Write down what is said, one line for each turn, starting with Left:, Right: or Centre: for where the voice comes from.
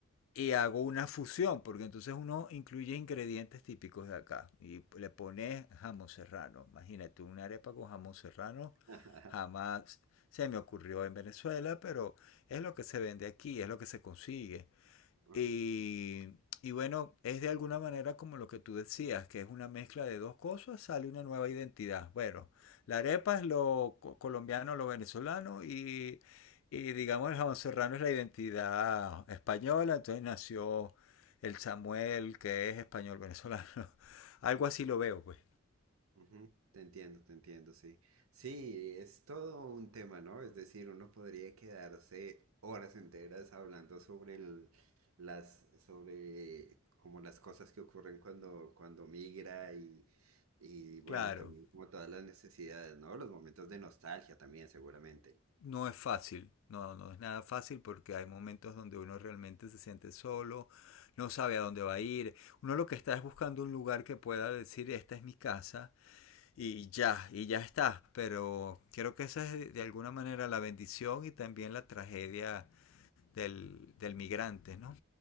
Left: y hago una fusión, porque entonces uno incluye ingredientes típicos de acá y le pones jamón serrano. Imagínate una arepa con jamón serrano,
Right: <laughs>
Left: jamás se me ocurrió en Venezuela, pero es lo que se vende aquí, es lo que se consigue.
Right: Ujú,
Left: Y, y bueno, es de alguna manera como lo que tú decías, que es una mezcla de dos cosas, sale una nueva identidad. Bueno, la arepa es lo co- colombiano, lo venezolano y, y digamos el jamón serrano es la identidad española, entonces nació el Samuel, que es español venezolano. <laughs> Algo
Right: ujú.
Left: así lo veo, pues.
Right: Ujú, Te entiendo, te entiendo, sí. Sí, es todo un tema, ¿no? Es decir, uno podría quedarse horas enteras hablando sobre el- las, sobre como las cosas que ocurren cuando, cuando migra y, y bueno,
Left: Claro.
Right: también como todas las necesidades, ¿no? Los momentos de nostalgia también, seguramente.
Left: No es fácil, no, no es nada fácil porque hay momentos donde uno realmente se siente solo, no sabe a dónde va a ir. Uno lo que está es buscando un lugar que pueda decir, esta es mi casa y ya, y ya está. Pero creo que esa es de alguna manera la bendición y también la tragedia del, del migrante, ¿no?